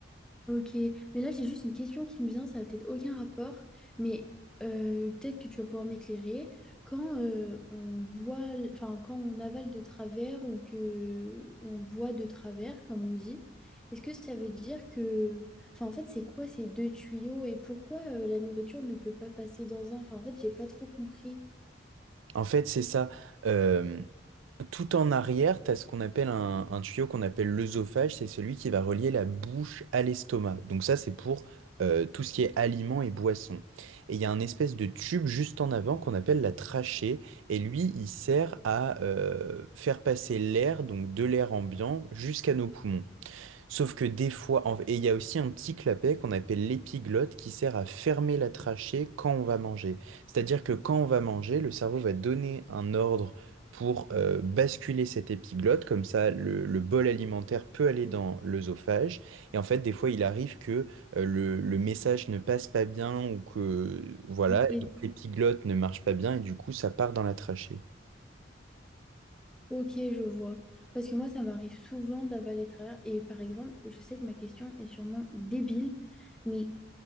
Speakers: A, in the centre; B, on the right.
A: Ok, mais là j'ai juste une question qui me vient, ça n'a peut-être aucun rapport, mais euh, peut-être que tu vas pouvoir m'éclairer. Quand euh, on boit, enfin quand on avale de travers ou que on boit de travers, comme on dit, est-ce que ça veut dire que, enfin en fait c'est quoi ces deux tuyaux et pourquoi euh, la nourriture ne peut pas passer dans un? Enfin en fait j'ai pas trop compris.
B: En fait, c'est ça. Euh, tout en arrière, tu as ce qu'on appelle un, un tuyau qu'on appelle l'œsophage. C'est celui qui va relier la bouche à l'estomac. Donc ça, c'est pour euh, tout ce qui est aliments et boissons. Et il y a un espèce de tube juste en avant qu'on appelle la trachée. Et lui, il sert à euh, faire passer l'air, donc de l'air ambiant, jusqu'à nos poumons. Sauf que des fois, en- et il y a aussi un petit clapet qu'on appelle l'épiglotte qui sert à fermer la trachée quand on va manger. C'est-à-dire que quand on va manger, le cerveau va donner un ordre pour euh, basculer cette épiglotte, comme ça le, le bol alimentaire peut aller dans l'œsophage. Et en fait, des fois, il arrive que euh, le, le message ne passe pas bien ou que voilà,
A: Ok,
B: et donc l'épiglotte ne marche pas bien et du coup, ça part dans la trachée.
A: Ok, je vois. Parce que moi ça m'arrive souvent d'avaler de travers et par exemple je sais que ma question est sûrement débile. Mais